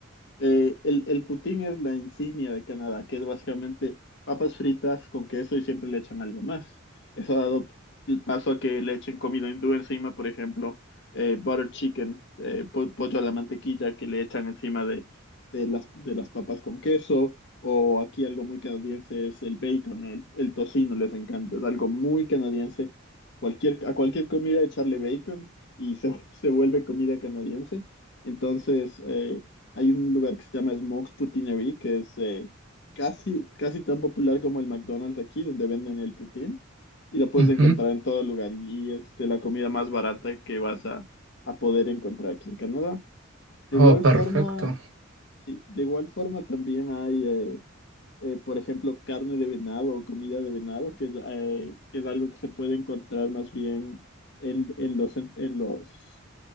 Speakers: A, on the left (about 60°); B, on the right (about 75°).
A: Eh, el, el poutine es la insignia de Canadá, que es básicamente papas fritas con queso y siempre le echan algo más. Eso ha dado p- paso a que le echen comida hindú encima, por ejemplo, eh, butter chicken, eh, po- pollo a la mantequilla que le echan encima de, de las, de las papas con queso. O aquí algo muy canadiense es el bacon, el, el tocino, les encanta. Es algo muy canadiense. Cualquier, a cualquier comida echarle bacon y se, <laughs> se vuelve comida canadiense. Entonces, eh, hay un lugar que se llama Smoke's Poutinery, que es eh, casi, casi tan popular como el McDonald's aquí, donde venden el poutine, y lo puedes
B: Ujú.
A: encontrar en todo lugar, y es de la comida más barata que vas a, a poder encontrar aquí en Canadá. De
B: Oh,
A: igual
B: perfecto.
A: forma, Sí, de igual forma también hay, eh, eh, por ejemplo, carne de venado o comida de venado, que es, eh, que es algo que se puede encontrar más bien en, en los, en los,